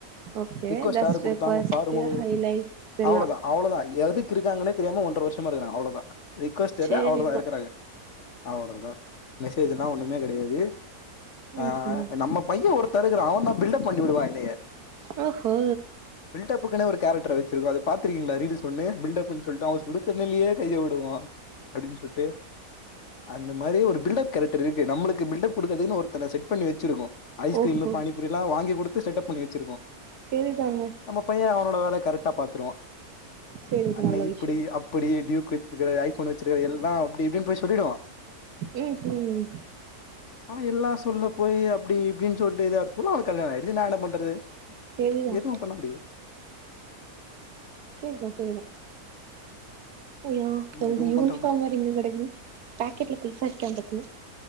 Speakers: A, on the right; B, on the left.
A: ஓகே
B: ரிக்வஸ்ட்
A: ஜஸ்ட்
B: யாரு குடுத்தாங்க
A: ரெக்வஸ்ட்
B: பாருங்கோ
A: ஹைலைட்ஸ் எல்லா
B: அவ்ளோதா அவ்ளோதா எதுக்கு இருக்காங்கன்னே தெரியாம ஒன்ற வருஷமா இருக்காங்க அவ்ளோதா ரி்க்வஸ்ட்
A: சேரிதா
B: இல்ல அவ்ளோதா இருக்குறாங்க அவ்ளவ்தா மெசேஜ்ல்லா ஒன்னுமே கெடையாது ஆ
A: ம் ம்
B: நம்ம பையன் ஒருத் த இருக்றா அவன் தா பில்டப் பண்ணிவிடுவா எனைய
A: ஓ ஹோ
B: பில்ட் அப்புக்குனு ஒரு கேரக்டர வச்சிருக்கோ அத பாத்துருக்கீங்களா ரீல்ஸ் சொல்லு பில்டப்ன் சொல்ட்டு அவன் சுடு தண்ணிலயே கைய விடுவா அப்டின் சொல்ட்டு அந்த மாரி ஒரு பில்ட்அப் கேரக்டர் இருக்கு நம்மளுக்கு இங்க பில்டப் குடுக்கறதுக்குன்னு ஒருத்தன செட் பண்ணி வெச்சிருக்கோ ஐஸ்கிரீமு,
A: ஓஹோ
B: பாணிபூரியெல்லா வாங்கி குடுத்து செட்டப் பண்ணி வெச்சிருக்கோ
A: சேரிதாங்க
B: நம்ம பையன் அவனோட வேலய கரெக்டா பாத்துருவான்
A: சேரிதா
B: அண்ண
A: நல்ல
B: இப்டி
A: விஷயோ
B: அப்டி டியூக் வெச்சிருக்கறது ஐ ஃபோன் வெச்சிருக்கறது எல்லா அப்டி இப்டின்னு போய் சொல்லிடுவான்
A: ம் ஹூம்
B: அவன் எல்லா சொல்ல போய் அப்டி இப்டின் சொல்ட்டேதாருக்குள்ள அவளுக்கு கல்யாணோ ஆயிடுச்சு நா என்ன பண்றது
A: சேரிதா
B: எதுவும் பண்ண முடியா
A: சேரிதான் சேரிதான் அய்யோ
B: நம்ம
A: எந்து
B: எதுவு
A: யூனிஃபார்ம்
B: பண்ற மாரி
A: இது இங்க கெடக்குது பாக்கெட்ல பைசா இருக்கியான் பாக்கணு